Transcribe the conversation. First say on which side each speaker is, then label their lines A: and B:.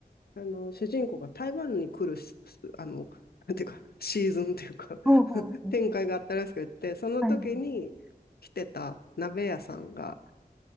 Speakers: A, on the left; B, in the centre.
A: あの、主人公が台湾に来るし、あの、なんていうか、シーズンっていうか <laughs>
B: ほうほうほう。
A: 展開があったらしくって、その時に来てた鍋屋さんが
B: はい。